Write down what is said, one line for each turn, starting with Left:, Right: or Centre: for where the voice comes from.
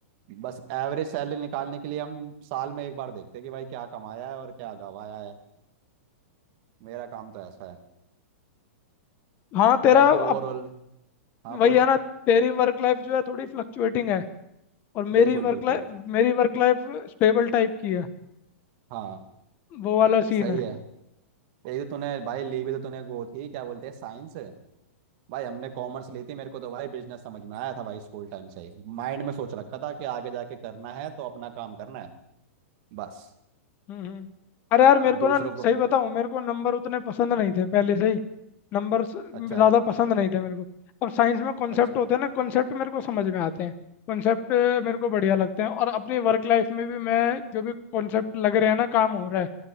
Right: बस एवरेज सैलरी निकालने के लिए हम साल में एक बार देखते हैं कि भाई क्या कमाया है और क्या गवाया है मेरा काम तो ऐसा है
Left: हाँ तेरा
Right: बाकी ओवरऑल
Left: अब
Right: हाँ
Left: वही
Right: बोल
Left: है ना तेरी वर्क लाइफ जो है थोड़ी फ्लक्चुएटिंग है और मेरी
Right: बिल्कुल
Left: वर्क
Right: बिल्कुल
Left: लाइफ मेरी वर्क लाइफ स्टेबल टाइप की है
Right: हाँ
Left: वो वाला सीन
Right: सही
Left: है
Right: है यही तो तूने भाई ली भी तो तूने वो थी क्या बोलते हैं साइंस भाई हमने कॉमर्स ली थी मेरे को तो भाई बिजनेस समझ में आया था भाई स्कूल टाइम से ही माइंड में सोच रखा था कि आगे जाके करना है तो अपना काम करना है बस
Left: हम्म हम्म। अरे यार मेरे को
Right: दूसरों
Left: ना
Right: को
Left: सही बताऊं मेरे को नंबर उतने पसंद नहीं थे पहले से ही नंबर
Right: अच्छा
Left: ज़्यादा पसंद नहीं थे मेरे को अब साइंस में कॉन्सेप्ट
Right: अच्छा
Left: होते हैं ना कॉन्सेप्ट मेरे को समझ में आते हैं कॉन्सेप्ट मेरे को बढ़िया लगते हैं और अपनी वर्क लाइफ में भी मैं जो भी कॉन्सेप्ट लग रहे हैं ना काम हो रहा है